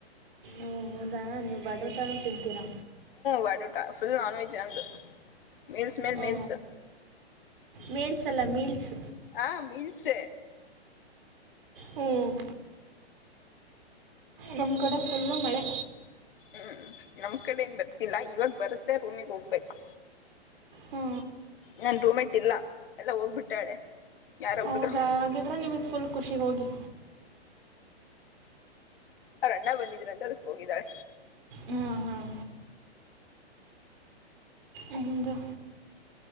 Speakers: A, on the right (about 50°); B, on the left (about 55°).
A: ಓ ಹೌದಾ ನೀವು ಬಡಟನ್ನು ತಿಂತೀರಾ
B: ಬಾಡೂಟ ಫುಲ್ ನಾನ್ವೆೆಜ್ ನಮದು ಮೀಲ್ಸ್ ಮೇಲೆ
A: ಓ
B: ಮೀಲ್ಸ್
A: ಮೇಲ್ಸ್ ಅಲ್ಲ ಮೀಲ್ಸ್
B: ಹಾ ಮೀನ್ಸ
A: ಹ್ಮ್ ಮಕಡೆಫುಲ್ೂ ಮಾಡಳೆ
B: ಹ್ಮ್ ನಮ್ ಕಡೆ ಏನ್ ಬರ್ತಿಲ್ಲ ಇವಾಗ ಬರುತ್ತೆ ರೂಮಿಗ್ ಹೋಗ್ಬೇಕು
A: ಹ್ಞೂ
B: ನನ್ ರೂಮ್ೆಟ್ ಇಲ್ಲ ಎಲ್ಲ ಹೋಗ್ಬಿಟ್ಟಾಳೆ ಯಾರ
A: ಹೌದಾ
B: ಹುಡ್ಗ ಬಂದ್
A: ಹಾಗಿದ್ರೆ ನಿಮಗೆ ಫುಲ್ ಖುಷಿ ಹೋಗಿ
B: ಅವ್ರ ಅಣ್ಣ ಬಂದಿದ್ರ ಅಂತ ಅದಕ್ ಹೋಗಿದಾಳ
A: ಹಾಂ ಹಾಂ ಹೌದಾ